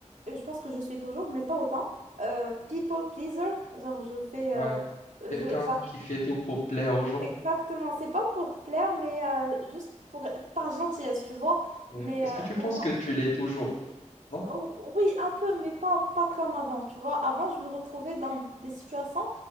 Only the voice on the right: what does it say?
je pense que je suis toujours, mais pas autant, euh, people pleaser. Genre, je fais.
euh, je,
j'arrive-
Exactement, c'est pas pour plaire, mais euh, juste pour, par gentillesse, tu vois.
Mais
euh,
là,
Oh, oui, un peu, mais pas, pas comme avant, tu vois. Avant, je me retrouvais dans des situations,